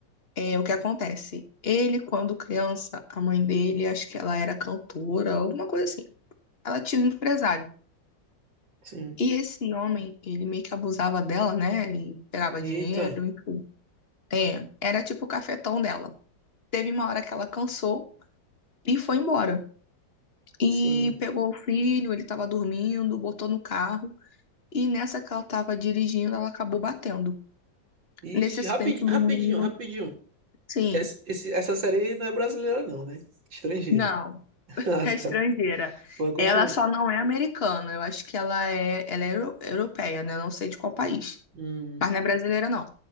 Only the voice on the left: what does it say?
É, o que acontece? Ele, quando criança, a mãe dele, acho que ela era cantora, alguma coisa assim. Ela tinha um empresário.
E esse homem, ele meio que abusava dela, né? E pegava
dinheiro, enfim. É, era tipo o cafetão dela. Teve uma hora que ela cansou e foi embora. E
pegou o filho, ele tava dormindo, botou no carro. E nessa que ela tava dirigindo, ela acabou batendo.
Nesse acidente,
o
menino,
sim.
Não.
é
estrangeira.
Ela só não é americana. Eu acho que ela é, ela é euro- europeia, né? Eu Não sei de qual país.
Mas não é brasileira, não.